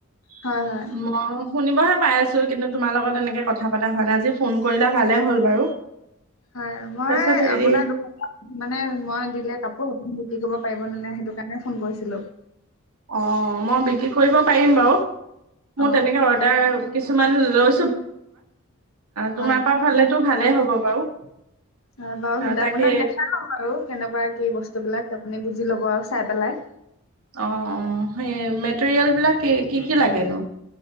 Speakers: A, on the right; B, on the left.
A: <inaudible>
B: হয় হয়
A: ম শুনিবহে পাই আছো কিন্তু তোমাৰ লগত এনেকে কথা পতা হোৱা নাই আজি ফোন কৰিলা ভালে হ'ল বাৰু
B: হয় মই
A: তাৰপিছত হেৰি
B: আপোনাৰ দোকান- মানে মই দিলে কাপোৰ বিক্ৰি কৰি পাৰিব না সেইটো কাৰণে ফোন কৰিছিলো <inaudible>
A: অ মই বিক্ৰী কৰিব পাৰিম বাৰু <inaudible>
B: অ'।
A: মোৰ তেনেকে অদাৰ কিছুমান অ তোমাৰ
B: হয়
A: পৰা ফালেতো ভালেই হ'ব বাৰু
B: হয় বাৰু
A: অ তাকে
B: আপোনাক দেখাই লম আৰু কেনেকুৱা কি বস্তু বিলাক আপুনি বুজি লব আৰু চাই পেলাই
A: অ অ সেই মেটেৰিয়েল বিলাক কি কি লাগেনো